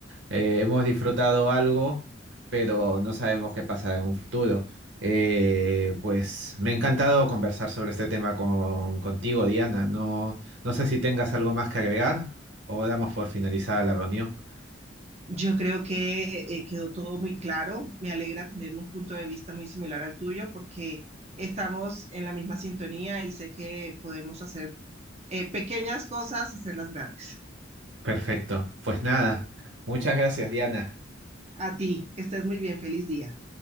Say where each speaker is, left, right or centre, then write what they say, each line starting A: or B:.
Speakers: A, on the right (about 70°); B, on the right (about 35°).
A: eh, hemos disfrutado algo, pero no sabemos qué pasará en un futuro. Eh, pues me ha encantado conversar sobre este tema con, contigo, Diana. No, no sé si tengas algo más que agregar o damos por finalizada la reunión.
B: Yo creo que eh, quedó todo muy claro. Me alegra tener un punto de vista muy similar al tuyo porque estamos en la misma sintonía y sé que podemos hacer eh, pequeñas cosas, hacerlas grandes.
A: Perfecto. Pues nada, muchas gracias, Diana.
B: A ti, que estés muy bien, feliz día.